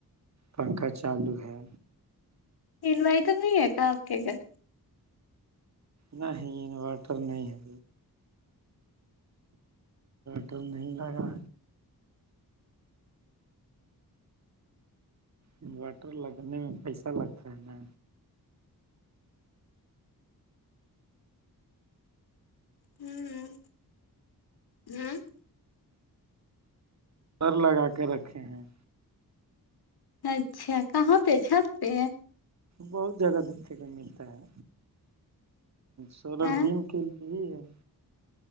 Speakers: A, on the right; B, on the left.
A: پنکھا چالو ہے
B: انوائٹر نہیں ہے کیا آپ کے گھر
A: نہیں انورٹر نہیں ہے تو نہیں لگا انورٹر لگنے میں پیسہ لگتا ہے نا
B: ہوں ہوں
A: پر لگا کے رکھے ہیں
B: اچھا کہاں پہ چھت پہ
A: بہت جگہ دیکھنے کو ملتا ہے سولہ
B: ہے
A: دن کے لیے ہی ہے